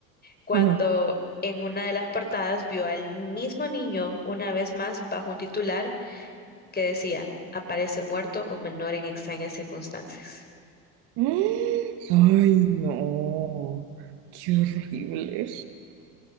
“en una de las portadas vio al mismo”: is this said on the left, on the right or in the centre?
Left